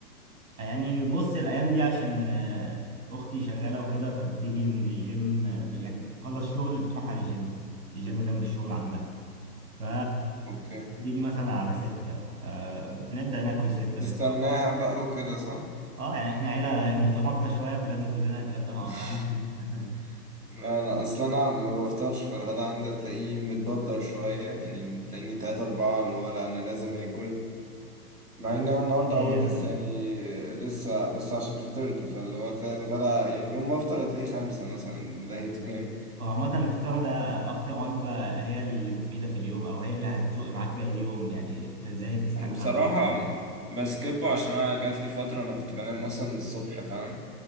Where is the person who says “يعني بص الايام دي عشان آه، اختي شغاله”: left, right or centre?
Right